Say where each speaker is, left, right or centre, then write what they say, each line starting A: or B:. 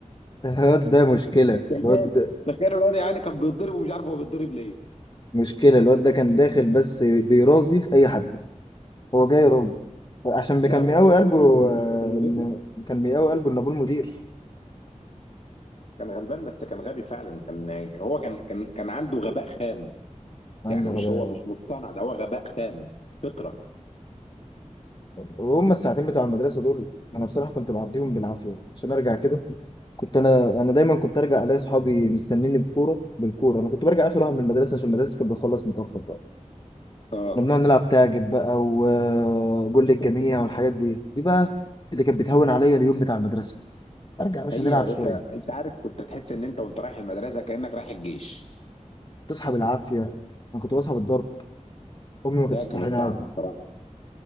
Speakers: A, on the left; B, on the left.
A: الواد ده مشكله
B: <laughs> تخيل
A: الواد
B: تخيل الواد يعني كان بيتضرب ومش عارف هو بيتضرب ليه
A: مشكلة الواد ده كان داخل بس بيراضي في أي حد هو جاي راضي عشان
B: لا
A: كان
B: هو
A: مقاوي
B: هو كان
A: قلبه
B: غلبان
A: آه،
B: بس كان
A: إن
B: غبي
A: كان مقاوي قلبه إن أبوه المدير
B: كان غلبان بس كان غبي فعلا كان هو كان كان كان عنده غباء خام
A: عنده
B: يعني
A: غباء
B: مش هو مش مصطنع ده هو غباء خام فطرة
A: وهم الساعتين بتوع المدرسة دول أنا بصراحة كنت بعديهم بالعافية عشان أرجع كده كنت أنا أنا دايما كنت أرجع ألاقي أصحابي مستنيني بكورة بالكورة أنا كنت برجع آخر واحد من المدرسة عشان المدرسة كانت بتخلص متأخر بقى
B: اه
A: كنا بنقعد نلعب تعجب بقى وجول الجميع والحاجات دي دي بقى اللي كانت بتهون عليا اليوم بتاع المدرسة أرجع يا باشا
B: هي
A: نلعب
B: يا باشا
A: شوية
B: انت عارف كنت تحس ان انت وانت رايح المدرسة كأنك رايح الجيش
A: تصحى بالعافيه انا كنت بصحى بالضرب امي
B: ده
A: ما كانتش
B: كانت
A: تصحيني عادي
B: صعبة الصراحة